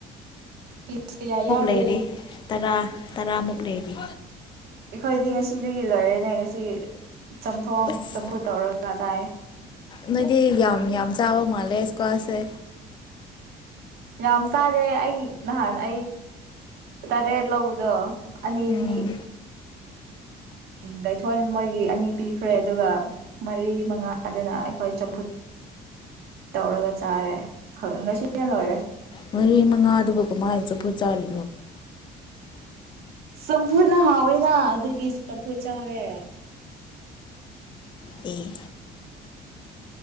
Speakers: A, on the right; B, on the left.
A: ꯄꯤꯁ ꯀꯌꯥ ꯌꯥꯎꯔꯤ
B: ꯂꯩꯔꯤ ꯇꯔꯥ ꯇꯔꯥꯃꯨꯛ ꯂꯩꯔꯤ
A: ꯑꯩꯈꯣꯏꯗꯤ ꯉꯁꯤꯗꯒꯤ ꯂꯣꯏꯔꯦꯅꯦ ꯉꯁꯤ ꯆꯝꯊꯣꯡ
B: ꯑꯁ
A: ꯆꯝꯐꯨꯠ ꯇꯧꯔꯒ ꯆꯥꯏ
B: ꯅꯣꯏꯗꯤ ꯌꯥꯝ ꯌꯥꯝ ꯆꯥꯕ ꯃꯥꯜꯂꯦ ꯏꯁꯀ꯭ꯋꯥꯁꯦ
A: ꯌꯥꯝ ꯆꯥꯗꯦ ꯑꯩ ꯅꯍꯥꯟ ꯑꯩ ꯇꯔꯦꯠ ꯂꯧꯕꯗꯣ ꯑꯅꯤꯗꯤ
B: ꯎꯝ
A: ꯚꯩꯊꯣꯟ ꯃꯣꯏꯒꯤ ꯑꯅꯤ ꯄꯤꯈ꯭ꯔꯦ ꯑꯗꯨꯒ ꯃꯔꯤ ꯃꯉꯥꯗꯨꯅ ꯑꯩꯈꯣꯏ ꯆꯝꯐꯨꯠ ꯇꯧꯔꯒ ꯆꯥꯔꯦ ꯉꯁꯤꯅ ꯂꯣꯏꯔꯦ
B: ꯃꯔꯤ ꯃꯉꯥꯗꯨꯕꯨ ꯀꯨꯝꯃꯥꯏꯅꯁꯨ ꯄꯨꯖꯔꯤ
A: ꯆꯝꯐꯨꯅ ꯍꯥꯎꯋꯦꯅ ꯑꯗꯨꯒꯤ ꯆꯝꯐꯨꯠ ꯆꯥꯔꯦ
B: ꯄ <unintelligible>